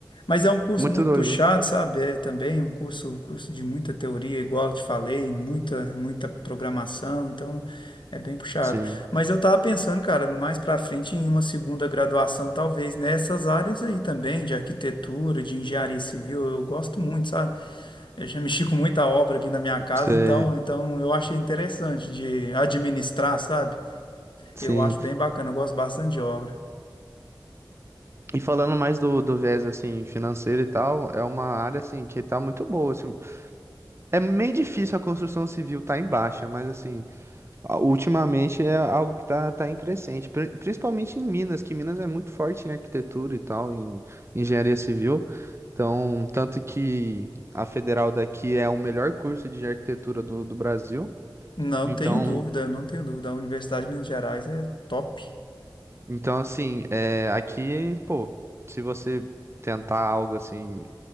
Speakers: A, on the left (about 75°); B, on the right (about 35°).
A: Mas é um curso
B: muito
A: muito
B: doido.
A: puxado, sabe? É também um curso, curso de muita teoria, igual eu te falei, muita, muita programação, então é bem puxado.
B: Sim.
A: Mas eu tava pensando, cara, mais pra frente em uma segunda graduação, talvez nessas áreas aí também, de arquitetura, de engenharia civil, eu gosto muito, sabe? Eu já mexi com muita obra aqui na minha casa,
B: Sei,
A: então, então eu achei interessante de administrar, sabe?
B: sim.
A: Eu acho bem bacana, eu gosto bastante de obra.
B: E falando mais do, do viés assim financeiro e tal, é uma área assim que tá muito boa, assim. É meio difícil a construção civil tá em baixa, mas assim, a- ultimamente é algo que tá, tá em crescente, pri- principalmente em Minas, que Minas é muito forte em arquitetura e tal, em engenharia civil. Então, tanto que a federal daqui é o melhor curso de arquitetura do, do Brasil.
A: Não
B: Então,
A: tenho dúvida, não tenho dúvida. A Universidade de Minas Gerais é top.
B: então assim, é, aqui, pô, se você tentar algo assim